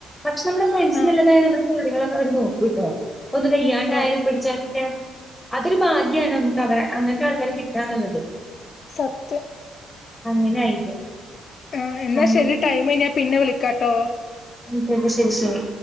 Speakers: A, in the centre; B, on the left.
A: പക്ഷെ നമ്മളെ ഫ്രണ്ട്‌സ്
B: ആഹ്
A: നല്ലതായ കാര്യങ്ങളൊക്കെ അവര് നോക്കൂട്ടോ ഒന്ന് വയ്യാണ്ടായാലും
B: ഓക്കെ
A: പിടിച്ചാനൊക്കെ അതൊരു ഭാഗ്യാണ് നമുക്ക് അവ അങ്ങൻത്തെ ആൾക്കാരെ കിട്ടാന്ന്ള്ളത്
B: സത്യം
A: അങ്ങനായിട്ട്.
B: ആ എന്നാ
A: അങ്ങനെ
B: ശരി ടൈമ് ഞാൻ പിന്നെ വിളിക്കാട്ടോ
A: ഉം ശരി ശരി ശരി